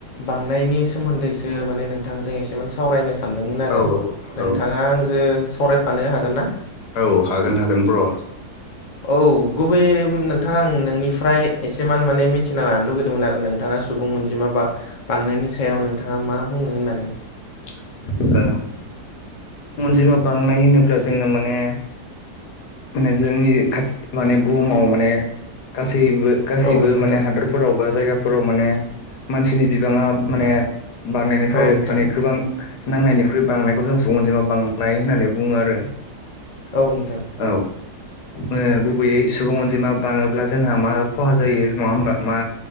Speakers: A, on the left (about 55°); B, on the left (about 75°).
A: बांनायनि सोमोन्दैसो माने नोंथांजों एसेमान सावरायनो सान सानदोंमोन आरो
B: औ औ
A: नोंथाङा आंजों सावरायफानो हागोन ना?
B: औ हागोन हागोन ब्र'।
A: औ गुबैयै नोंथाङा आं नोंनिफ्राय एसेमान माने मिथिना लानो लुगैदोंमोन आरो नों सुबुं अनजिमा बा बांनायनि सायाव नोंथाङा मा बुङो होननानै।
B: <inaudible> अनजिमा बांनाय होनोब्ला जोङो माने माने जोंनि खाथि माने बुहुमाव माने गासैबो गासैबो
A: औ नोंथां
B: माने हादोर फोराव बा जायगाफोराव माने मानसिनि बिबाङा माने बांनायनिफ्राय
A: औ नोंथां
B: माने गोबां नांनायनिख्रुइ बांनायखौ जों अनजिमा बांनाय होननानै बुङो आरो।
A: औ नोंथां।
B: औ गुबैयै सुबुं अनजिमा बाङोब्ला जोंहा मा खहा जायो नङा होमबा मा